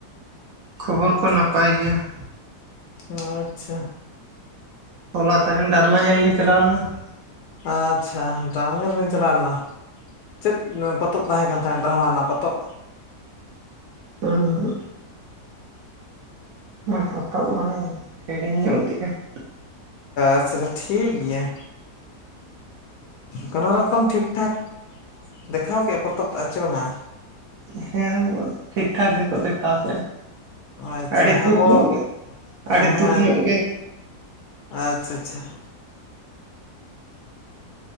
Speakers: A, on the right; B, on the left.
A: ᱠᱷᱚᱵᱚᱨ ᱠᱚ ᱱᱟᱯᱟᱭ ᱜᱮᱭᱟ ᱾
B: ᱟᱪᱪᱷᱟ
A: ᱦᱚᱞᱟ ᱛᱟᱦᱮᱱ ᱰᱟᱨᱢᱟ ᱧᱮᱞ ᱞᱤᱧ ᱪᱟᱞᱟᱣ ᱞᱮᱱᱟ ᱾
B: ᱟᱪᱪᱷᱟ ᱰᱨᱟᱢᱟ ᱧᱮᱞ ᱵᱤᱱ ᱪᱟᱞᱟᱣ ᱞᱮᱱᱟ ᱪᱮᱫ ᱯᱚᱛ ᱛᱚᱵ ᱛᱟᱦᱮᱸ ᱠᱟᱱ ᱛᱟᱦᱮᱸᱫ ᱰᱨᱟᱢᱟ ᱨᱮᱱᱟᱜ ᱯᱚᱛᱚᱵ?
A: ᱩ ᱚᱱᱟ ᱯᱚᱛᱚᱵ ᱢᱟᱞᱮᱧ ᱦᱤᱲᱤᱧ ᱧᱚᱜ ᱠᱮᱜᱼᱟ ᱾
B: ᱟᱪᱪᱷᱟ ᱪᱷᱟ ᱴᱷᱤᱠ ᱜᱤᱭᱟ ᱾ ᱠᱳᱱᱳ ᱨᱚᱠᱚᱢ ᱴᱷᱤᱠ-ᱴᱷᱟᱠ ᱫᱮᱠᱷᱟᱣ ᱠᱮᱜ ᱯᱚᱛᱚᱵ ᱥᱮ ᱵᱟᱝᱟ?
A: ᱦᱮᱸ ᱴᱷᱤᱠ-ᱴᱷᱟᱠ ᱜᱮᱠᱚ ᱫᱮᱠᱷᱟᱣ ᱠᱮᱜᱼᱟ ᱾
B: ᱟᱪᱪᱷᱟ
A: ᱟᱹᱰᱤ ᱫᱩᱠ
B: ᱟᱵᱚ
A: ᱧᱚᱜ ᱜᱮ,
B: ᱦᱮᱸ
A: ᱟᱹᱰᱤ ᱫᱩᱠ ᱧᱚᱜ ᱜᱮ᱾
B: ᱟᱪᱪᱷᱟ ᱪᱷᱟ ᱪᱷᱟ